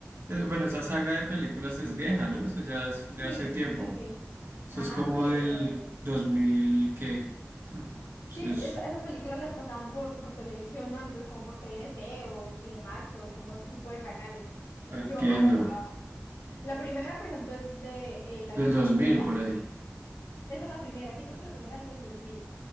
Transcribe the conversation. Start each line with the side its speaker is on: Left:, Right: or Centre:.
Right: eh, bueno, esa saga de películas es vieja, ¿no? Eso ya es de
Left: Sí,
Right: hace tiempo.
Left: sí, sí.
Right: Eso
Left: Ajá,
Right: es como
Left: sí.
Right: del
Left: eh,
Right: dos mil ¿qué? <laughs>
Left: sí,
Right: Eso es,
Left: esa- esas películas las pasaban por, por televisión antes, como por TNT o Cinemax o como ese tipo de canales.
Right: entiendo,
Left: Yo a las amaba. La primera, por ejemplo, es de eh, El avión
Right: del 2000
Left: que explota.
Right: por ahí.
Left: Esa es la primera, sí creo que la primera es del 2000.